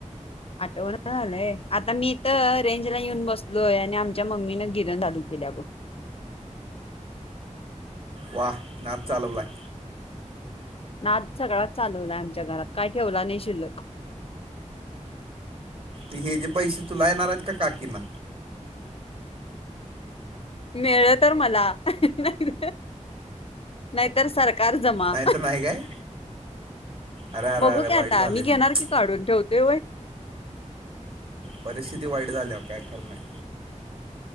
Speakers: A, on the left (about 50°); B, on the right (about 45°).
A: आठवण झालंय आता मी इ तर रेंज ला येऊन बसलोय आणि आमच्या मम्मीन गिरण झालू <unintelligible>
B: वाह नाच चालवलाय
A: ना आज सगळाच चालवला आमच्या घरात काय ठेवला नाही शिल्लक
B: हे जे पैसे तूला येणार आहेत का काकीना
A: मिळलं तर मला नाही नाहीतर सर जमा
B: नाही तर नाही काय अरे अरे
A: बघू
B: अरे
A: का
B: वाईट
A: आता
B: झाले
A: मी घेणार
B: मग
A: की काढून ठेवत ते
B: परिस्थिती वाईट झाल्या काय खर नाही